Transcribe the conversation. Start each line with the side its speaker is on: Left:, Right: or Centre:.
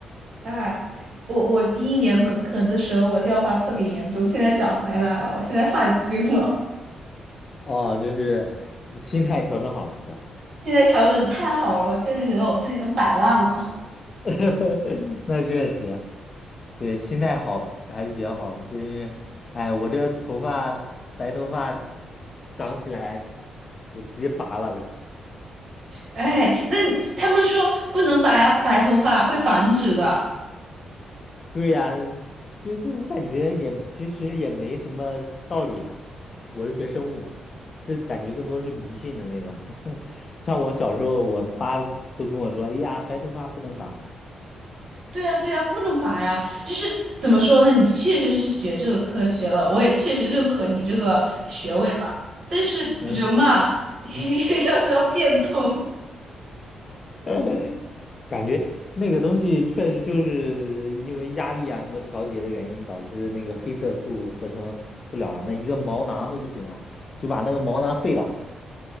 Right: 哎，我我第一年本科的时候，我掉发特别严重，现在长回来了，我现在放心了。
Left: 哦，就是心态调整好了是吧？
Right: 现在调整得太好了，我现在觉得我自己能摆烂了。
Left: <laughs> 那确实，对，心态好还是比较好。就是，哎，我这头发白头发长起来，我直接拔了都。
Right: 哎，那你他们说不能白白头发会繁殖的，
Left: 对呀，其实我感觉也其实也没什么道理吧。我是学生物的，这感觉更多是迷信的那种。<laughs> 像我小时候，我爸都跟我说：“哎呀，白头发不能拔。”
Right: 对呀，对呀，不能拔呀！就是怎么说呢？你确实是学这个科学了，我也确实认可你这个学位嘛。但是人嘛，
Left: 嗯。
Right: <laughs> 要知道变通，
Left: <laughs> 感觉那个东西确实就是因为压力啊什么调节的原因，导致那个黑色素合成不了了，那一个毛囊都不行了，就把那个毛囊废了，